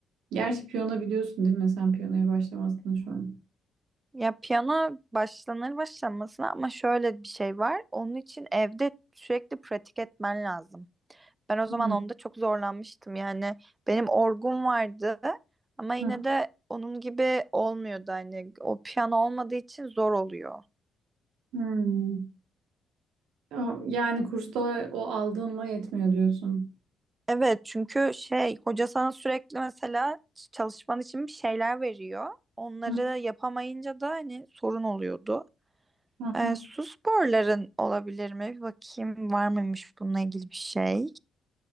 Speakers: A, on the right; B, on the right.
A: gerçi piyano biliyorsun değil mi? Sen piyanoya başlamazsın şu an.
B: Ya piyano başlanır başlanmasına ama şöyle bir şey var. Onun için evde sürekli pratik etmen lazım. Ben o zaman
A: Hmm.
B: onda çok zorlanmıştım. Yani benim orgum vardı ama yine
A: Hı.
B: de onun gibi olmuyordu. Hani o piyano olmadığı için zor oluyor.
A: Hmm. Ya- Yani kursta o aldığınla yetmiyor diyorsun.
B: Evet çünkü şey hoca sana sürekli mesela çalışman için bir şeyler veriyor. Onları
A: Hı.
B: yapamayınca da hani sorun oluyordu.
A: Hı
B: Ee, su sporların olabilir mi? Bir bakayım var mıymış bununla ilgili bir şey.